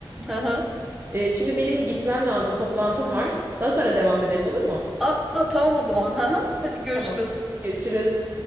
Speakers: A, in the centre; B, on the right (about 25°).
A: Hı hı.
B: Ee, şimdi benim bir gitmem lazım. Toplantım var. Daha sonra devam edelim olur mu?
A: Aa tamam o zaman. Hı hı. Hadi görüşürüz.
B: Tamam. Görüşürüz.